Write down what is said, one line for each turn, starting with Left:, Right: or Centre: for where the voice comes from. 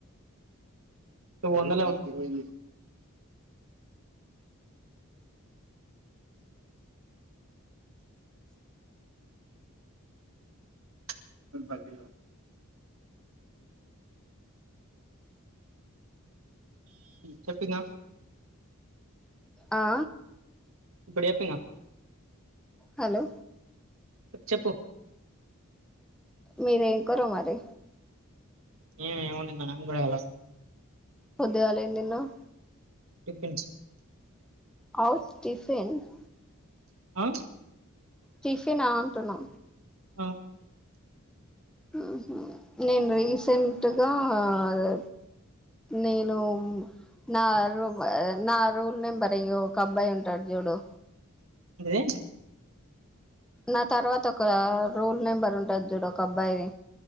Right: వందలా ఉంది ఇరవై ఎనిమిది <unintelligible> చెప్పింగ
Centre: ఆ
Right: ఇప్పుడు చెప్పింగా
Centre: హలో
Right: చెప్పు
Centre: మీదేం కూర మరి
Right: ఏమో ఏమండిందొ నాకు కూడా తెలువదు
Centre: పొద్దుగాల ఏం తిన్నావ్
Right: టిఫిన్స్
Centre: అవ్ టిఫిన్స్
Right: ఆ
Centre: టిఫినా అంటున్నా
Right: ఆ
Centre: హుమ్ నేను రీసెంట్గా అది నేను నా రువ్ నా రూమ్ నెంబర్ ఒక అబ్బాయి ఉంటాడు చూడు
Right: ఏంది
Centre: నా తర్వాత ఒక రూమ్ నెంబర్ ఉంటది చూడు ఒక అబ్బాయిది